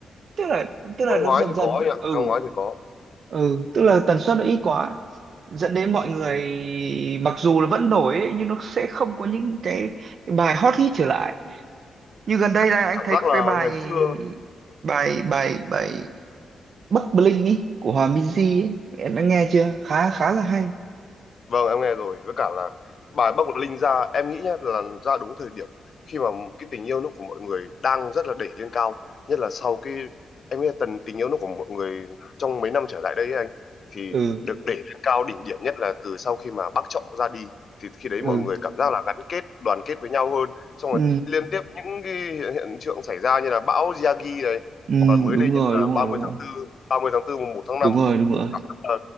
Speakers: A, on the right; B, on the left.
A: tức là tức là
B: năm ngoái
A: nó dần
B: thì
A: dần
B: có anh ạ
A: ừ
B: năm ngoái thì có
A: ừ tức là tần suất nó ít quá dẫn đến mọi người mặc dù là vẫn nổi đấy, nhưng nó sẽ không có những cái bài hot hit trở lại như gần đây này anh
B: cảm
A: thấy
B: giác
A: có
B: là
A: cái bài
B: ngày xưa
A: bài bài bài Bắc Bling ý của Hòa Minzy ấy em đã nghe chưa khá khá là hay
B: Vâng, em nghe rồi. Với cả là bài Bắc Bột Linh ra, em nghĩ nhá, là ra đúng thời điểm khi mà cái tình yêu nước của mọi người đang rất là đẩy lên cao. Nhất là sau cái, em nghĩ là tần tình yêu nước của mọi người trong mấy năm trở lại đây ấy anh, thì
A: ừ
B: được đẩy lên cao đỉnh điểm nhất là từ sau khi mà bác Trọng ra đi. Thì khi đấy
A: ừ
B: mọi người cảm giác là gắn kết, đoàn kết với nhau hơn. Xong
A: ừ
B: rồi liên tiếp những cái hiện, hiện tượng xảy ra như là bão Yagi này,
A: ừ
B: hoặc là mới
A: đúng
B: đây nhất
A: rồi
B: là
A: đúng
B: ba
A: rồi đúng
B: mươi tháng
A: rồi
B: tư ba mươi tháng tư mùng một tháng
A: đúng
B: năm
A: rồi đúng rồi
B: Ờ,